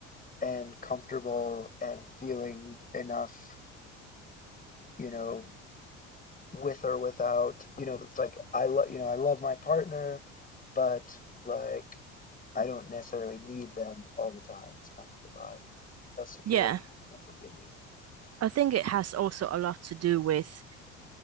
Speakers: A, on the left; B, on the right.
A: and comfortable and feeling enough you know with or without you know it's like i love you know i love my partner but like i don't necessarily need them all the time it's kind of the vibe a secure
B: Yeah.
A: attachment would give me
B: I think it has also a lot to do with